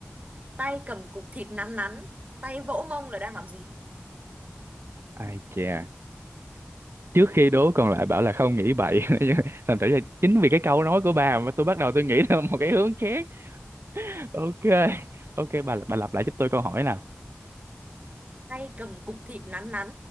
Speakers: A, on the right; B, on the right.
A: Tay cầm cục thịt nắn nắn, tay vỗ mông là đang làm gì?
B: ai chà trước khi đố còn lại bảo là không nghĩ bậy <laughs> thành thử là chính vì cái câu nói của bà mà tôi bắt đầu tôi nghĩ theo một cái hướng khác ok ok bà bà lặp lại giúp tôi câu hỏi nào
A: Tay cầm cục thịt nắn nắn,